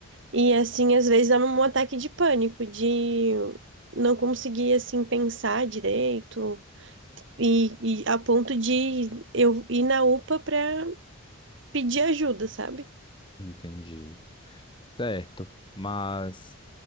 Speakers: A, on the right; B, on the left.
A: E assim, às vezes dava um ataque de pânico, de não conseguir assim pensar direito e, e a ponto de eu ir na UPA para pedir ajuda, sabe?
B: Entendi. Certo, mas